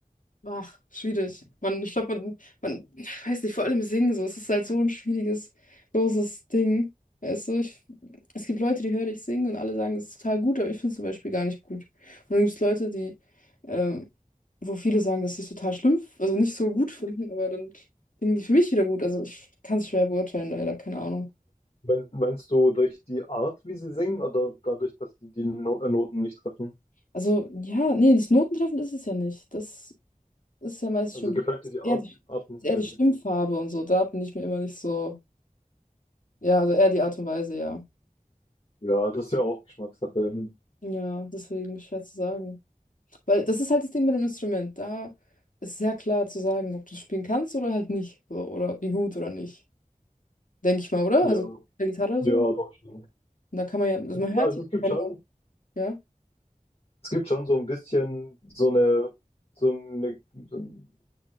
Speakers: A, on the left; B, on the left.
A: Ach, schwierig. Man, ich glaube, man, man, ich weiß nicht, vor allem singen so. Es ist halt so ein schwieriges, großes Ding. Weißt du, ich, es gibt Leute, die höre ich singen und alle sagen, es ist total gut, aber ich finde es zum Beispiel gar nicht gut. Und dann gibt es Leute, die, ähm, wo viele sagen, dass sie es total schlimm, also nicht so gut finden, aber dann singen die für mich wieder gut. Also ich kann es schwer beurteilen, leider, keine Ahnung.
B: Mein, meinst du durch die Art, wie sie singen, oder dadurch, dass die die No- äh, Noten nicht treffen?
A: Also ja, nee, das Notentreffen ist es ja nicht. Das ist ja meistens
B: Also
A: schon
B: gefällt dir die Art,
A: eher die,
B: Art nicht?
A: eher
B: weil-
A: die Stimmfarbe und so. Da bin ich mir immer nicht so. Ja, also eher die Art und Weise, ja.
B: Ja, das ist ja auch Geschmackssache.
A: Ja, deswegen schwer zu sagen. Weil das ist halt das Ding mit dem Instrument. Da ist sehr klar zu sagen, ob du es spielen kannst oder halt nicht. So, oder wie gut oder nicht. Denke ich mal, oder?
B: Ja,
A: Also bei der Gitarre
B: ja,
A: so.
B: doch schon.
A: Und da kann man ja, also man
B: Also
A: hört die
B: es gibt
A: Töne,
B: schon
A: ja.
B: Es gibt schon so ein bisschen so eine, so eine, so ein,